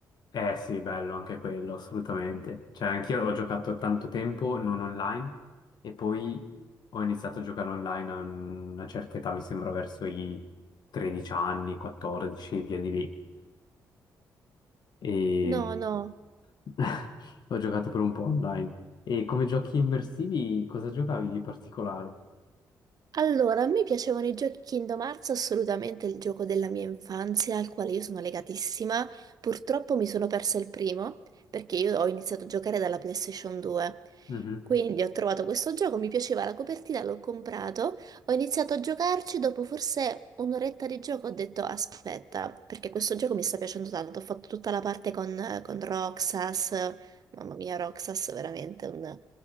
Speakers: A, on the left; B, on the right.
A: Eh sì, bello anche quello, assolutamente. Cioè anch'io ho giocato tanto tempo non online e poi ho iniziato a giocare online a una certa età, mi sembra verso i 13 anni, 14, via di lì. e
B: No, no,
A: <laughs> ho giocato per un po' online. E come giochi immersivi, cosa giocavi di particolare?
B: Allora, a me piacevano i giochi Kingdom Hearts, assolutamente il gioco della mia infanzia, al quale io sono legatissima. Purtroppo mi sono persa il primo, perché io ho iniziato a giocare dalla PlayStation 2.
A: Mhm.
B: Quindi ho trovato questo gioco, mi piaceva la copertina, l'ho comprato, ho iniziato a giocarci, dopo forse un'oretta di gioco ho detto aspetta, perché questo gioco mi sta piacendo tanto, ho fatto tutta la parte con, con Roxas, mamma mia Roxas, veramente un